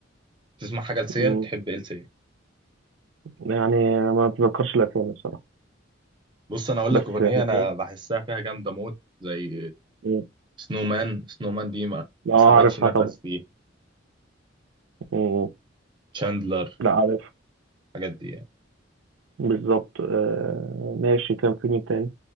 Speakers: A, on the right; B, on the right.
A: تسمع حاجه لسيا
B: مم.
A: تحب ايه لسيا
B: يعني ما بتذكرش الأسامي بصراحة
A: بص انا اقول
B: بس
A: لك اغنيه
B: يعني
A: انا
B: فاهم
A: بحسها فيها جامده موت زي
B: مم.
A: سنو مان سنو مان دي ما,
B: لا
A: ما
B: عارفها
A: سابتش نفس
B: طبعا
A: فيها
B: مم.
A: تشاندلر
B: لا عارفها
A: الحاجات دي يعني
B: بالظبط آه ماشي كان في مين تاني